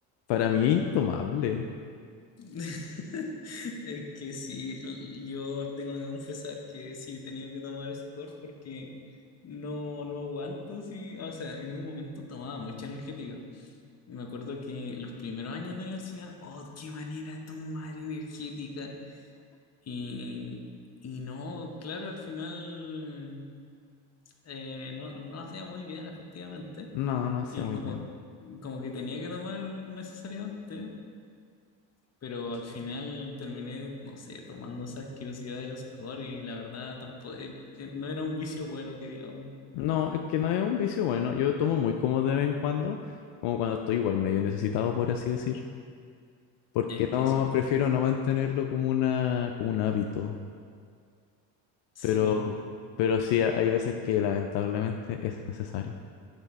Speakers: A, on the left (about 70°); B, on the left (about 35°).
A: para mí es intomable.
B: <laughs> Es que sí, l- yo tengo que confesar que sí he tenido que tomar score porque no, no aguanto, sí. O sea, en un momento tomaba mucha energética. Me acuerdo que los primeros años de universidad, oh, qué manera de tomar energética. Y, y no, claro, al final eh, no, no hacía muy bien, efectivamente.
A: No, no hacía
B: Y
A: muy
B: como,
A: bien.
B: como que tenía que tomar necesariamente, pero al final terminé, no sé, tomando esa asquerosidad del score y la verdad tampoco, eh, eh, no era un vicio bueno que digamos.
A: No, es que no es un vicio bueno. Yo tomo muy como de vez en cuando, como cuando estoy igual medio necesitado, por así decir. Porque
B: Es que
A: no,
B: eso, mismo.
A: prefiero no mantenerlo como una, como un hábito.
B: sí.
A: Pero, pero sí, ha- hay veces que lamentablemente <laughs> es necesario.